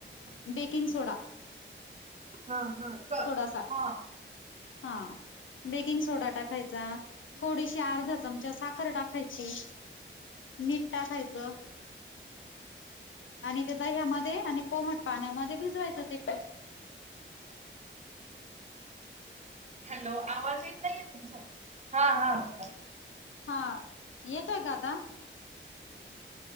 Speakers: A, on the left (about 70°); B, on the right (about 35°).
A: Baking soda.
B: हा हा.
A: थोडासा
B: हा
A: हा. बेकिंग सोडा टाकायचा थोडीशी अर्धा चमचा साखर टाकायची. मीठ टाकायचं. आणि ते दह्यामध्ये आणि कोमट पाण्यामध्ये भिजवायचं ते प
B: हॅलो आवाज येत नाहीये तुमचा हा हा बोला.
A: हा येतोय का आता?